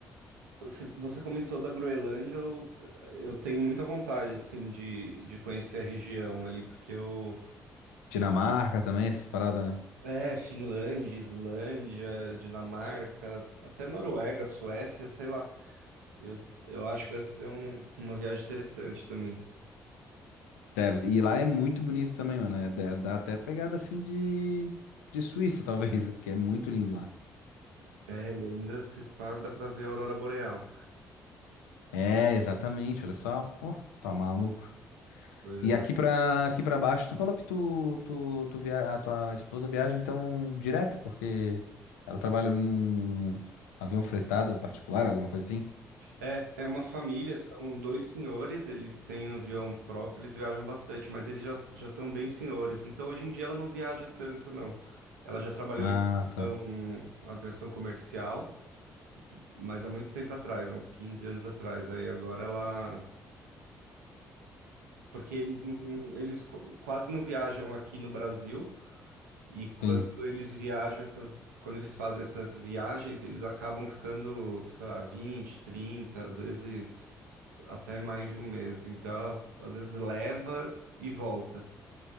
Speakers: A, on the right (about 80°); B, on the left (about 75°).
A: Você você comentou da Groenlândia, eu, eu tenho muita vontade, assim, de, de conhecer a região ali, porque eu...
B: Dinamarca também, essas paradas, né?
A: É, Finlândia, Islândia, Dinamarca, até Noruega, Suécia, sei lá. Eu, eu acho que deve ser um- uma viagem interessante também.
B: Deve. E lá é muito bonito também, mano. É, dá dá até pegada assim de, de Suíça, talvez, <laughs> porque é muito lindo lá.
A: É, e ainda se pá, dá pra ver a aurora boreal.
B: É, exatamente, olha só. Pô, tá maluco.
A: Pois
B: E aqui
A: é.
B: pra, aqui pra baixo, tu falou que tu, tu, tu via, a tua esposa viaja então direto, porque ela trabalha num avião fretado particular, alguma coisa assim?
A: É, é uma família, são dois senhores, eles têm avião próprio, eles viajam bastante, mas eles já já estão bem senhores. Então hoje em dia ela não viaja tanto, não. Ela já trabalhou
B: Ah,
A: em
B: tá.
A: aviação, aviação comercial, mas há muito tempo atrás, há uns 15 anos atrás. Aí agora ela, porque eles não, eles qu- quase não viajam aqui no Brasil. E quando
B: Sim.
A: eles viajam essas, quando eles fazem essas viagens, eles acabam ficando, sei lá, 20, 30, às vezes até mais de um mês. Então, ela, às vezes leva e volta.